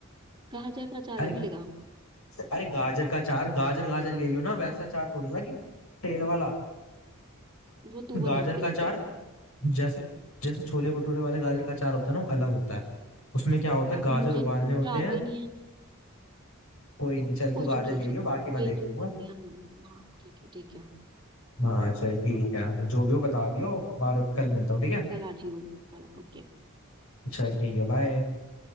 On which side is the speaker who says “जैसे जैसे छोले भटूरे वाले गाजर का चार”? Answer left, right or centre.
Left